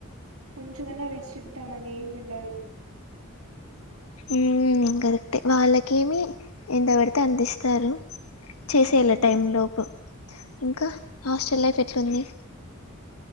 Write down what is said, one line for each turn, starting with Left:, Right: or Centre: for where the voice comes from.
Right: కొంచమన్నా రెస్ట్ ఇద్దామని ఏమి ఉండదు
Left: ఊ కరెక్టే వాళ్ళకేమి ఎంత పడితే అంత ఇస్తారు చేసేయల
Right: ఉమ్
Left: టైం లోపు ఇంకా హాస్టల్ లైఫ్ ఎట్లుంది